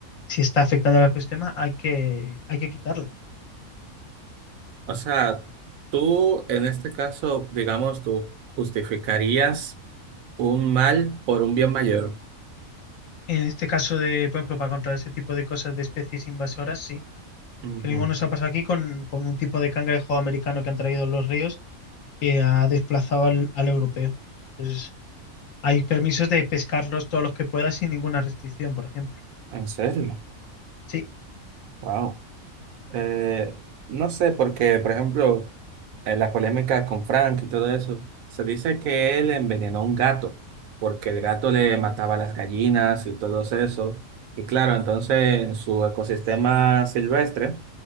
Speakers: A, on the left (about 70°); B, on the right (about 75°).
A: si está afectando al ecosistema hay que, hay que quitarla.
B: O sea, tú en este caso, digamos, tú justificarías un mal por un bien mayor.
A: En este caso de, por ejemplo, para controlar ese tipo de cosas de especies invasoras, sí.
B: Ujú.
A: Que lo mismo nos ha pasado aquí con, con un tipo de cangrejo americano que han traído los ríos que ha desplazado al, al europeo. Entonces, hay permisos de pescarlos todos los que puedas sin ninguna restricción, por ejemplo.
B: ¿En serio?
A: Sí.
B: Wow. Eh, no sé, porque, por ejemplo, en la polémica con Frank y todo eso, se dice que él envenenó a un gato, porque el gato le mataba las gallinas y todo eso. Y claro, entonces en su ecosistema silvestre,